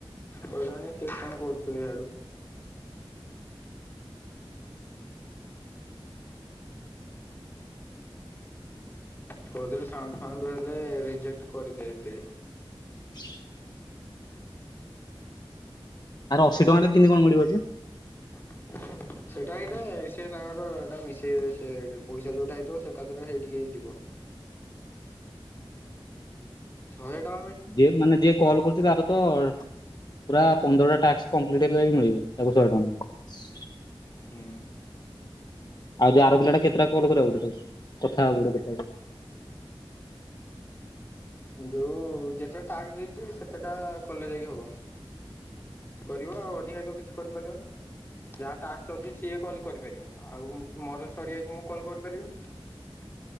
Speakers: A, on the left; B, on the left.
A: ହଲାଣି କେତନ କରୁଥିବେ ୟାଡୁ। କହୁଥିଲି ସାଉଣ୍ଡ ଫାଉଣ୍ଡ ହେଲେ ରିଜେକ୍ଟ୍ କରିଦେବେ।
B: <inaudible> ଆରେ ଅଶୀ
A: ଆର
B: ଟଙ୍କାରେ
A: ଅସି
B: କେମିତି
A: ଟଆଁ।
B: କଣ
A: <unintelligible>
B: ମିଳିବ ଯେ?
A: ସେଟା ଏଇଟା ସେ ତାଙ୍କର ଏଟା ମିଶେଇ ବେ ସେ ପଇସା ଯୋଉଟା ହେଇଥିବ ସେ କାଥରେ ସେଇଠିକି ହେଇ ଯିବ।
B: <inaudible>
A: ଶହେ ଟ
B: ଯିଏ ବ୍ ମାନେ ଯିଏ କଲ୍ କରୁଛି ତାର ତ ପୁରା ପନ୍ଦରଟା ଟାସ୍କ୍ କମ୍ପ୍ଲିଟ୍ ହେଇଗଲେ ଯାଇଁକି ମିଳିବ ତାକୁ ଶହେ ଟଙ୍କା।
A: ହୁଁ।
B: ଆଉ ଯେ ଆର ପିଲା ଟା କେତେଟା କଲ କରିବାକୁ ପଡିବ ତାକୁ କଥା ହବ। <unintelligible>
A: ଯୋଉ ଯେତେ ଟାସ୍କ୍ ଦେଇଥିବେ ସେତେଟା କଲେ ଯାଇକି ହବ। କରିବ ଆଉ ଅଧିକାତ କିଛି କରିପାରିବନି? ଯାହା ଟାସ୍କ୍ ଅଛି ସିଏ କଲ କରିପାରିବ ଆଉ ମୋର ସରିଯାଇଛି ମୁଁ କଲ୍ କରିପାରିବିନି।